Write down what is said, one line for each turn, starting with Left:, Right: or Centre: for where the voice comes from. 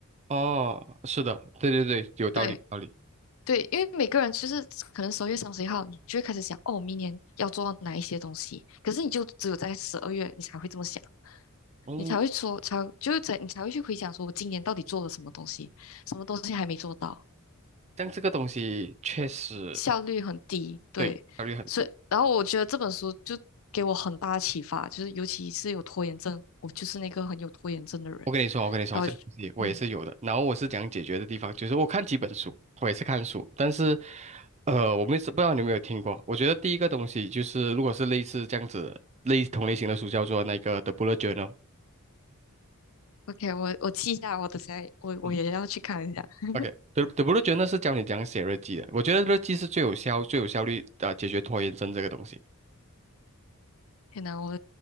Right: 哦，是的，对对对，有道理，
Left: 对，
Right: 有道理。
Left: 对，因为每个人其实可能十二月三十一号，你就会开始想，哦，明年要做到哪一些东西。可是你就只有在十二月，你才会这么想，
Right: 嗯，
Left: 你才会说，才就是在你才会去回想，说我今年到底做了什么东西，什么东西还没做到，
Right: 像这个东西确实
Left: 效率很低。对，
Right: 对效率很低。
Left: 所以然后我觉得这本书就给我很大的启发，就是尤其是有拖延症，我就是那个很有拖延症的人。
Right: 我跟你说，我跟你说，
Left: 然后，
Right: 这个东西我也是有的。
Left: 嗯
Right: 然后我是讲解决的地方，就是我看几本书，我也是看书，但是，呃，我们是不知道你有没有听过。我觉得第一个东西就是，如果是类似这样子类同类型的书，叫做那个《The Bullet Journal》。
Left: ，OK，我我记一下，我等下我我也要去看一下。
Right: 嗯
Left: <laughs>
Right: ，OK，The The Bullet Journal 是教你怎样写日记的。我觉得日记是最有效、最有效率的解决拖延症这个东西。
Left: 天呐，我